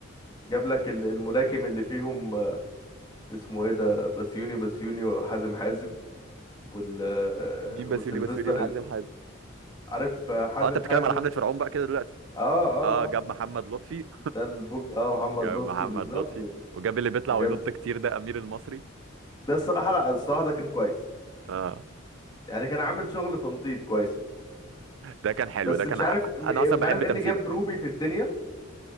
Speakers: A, on the left; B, on the right.
A: جاب لك ال- الملاكم اللي فيهم آه، اسمه ايه ده بسيوني بسيوني وحازم حازم وال
B: مين بسيوني
A: وسيلفستر
B: بسيوني وحازم
A: ال-
B: حازم
A: عارف حازم
B: اه انت بتتكلم
A: حازم
B: على حمله فرعون بقى كده دلوقتي
A: اه اه
B: اه جاب
A: آه.
B: محمد لطفي
A: ده البوج اه محمد
B: جاب
A: لطفي
B: محمد
A: بالظبط
B: لطفي
A: و...
B: وجاب اللي بيطلع
A: وجاب
B: وينط كتير ده امير المصري
A: ده الصراحة لا الصراحة ده كان كويس
B: اه
A: يعني كان عامل شغل تنطيط كويس
B: ده كان حلو
A: بس
B: ده كان
A: مش
B: ع...
A: عارف م-
B: انا اصلا
A: مش
B: بحب
A: عارف ايه
B: تمثيله
A: اللي جاب روبي في الدنيا